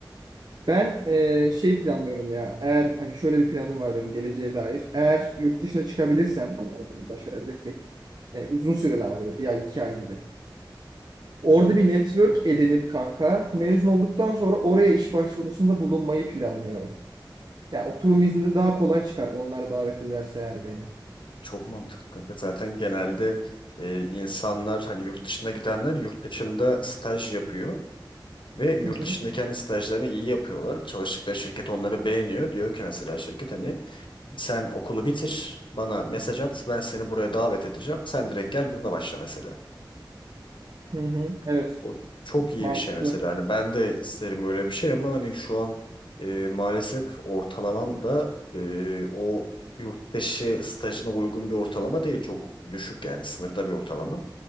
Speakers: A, on the right; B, on the left.
A: Ben e, şey planlıyorum ya. Eğer hani şöyle bir planım var benim geleceğe dair. Eğer yurt dışına çıkabilirsem, yani bunu başarabilirsek, e, uzun süreli ama böyle bir ay iki ay gibi. Orada
B: Hı hı.
A: bir network edinip kanka mezun olduktan sonra oraya iş başvurusunda bulunmayı planlıyorum. Ya oturum izninde daha kolay çıkar onlar davet ederse eğer beni.
B: Çok mantıklı kanka. Zaten genelde e, insanlar hani yurt dışına gidenler yurt dışında staj yapıyor ve yurt
A: Hı hı.
B: dışında kendi stajlarını iyi yapıyorlar. Çalıştıkları şirket onları beğeniyor. Diyor ki mesela şirket hani sen okulu bitir, bana mesaj at, ben seni buraya davet edeceğim. Sen direkt gel burada başla mesela.
A: Hı hı. Evet,
B: O çok iyi
A: mantıklı.
B: bir şey mesela. Hani ben de isterim öyle bir şey ama hani şu an e, maalesef ortalamam da e, o yurt dışı stajına uygun bir ortalama değil. Çok düşük yani sınırda bir ortalama.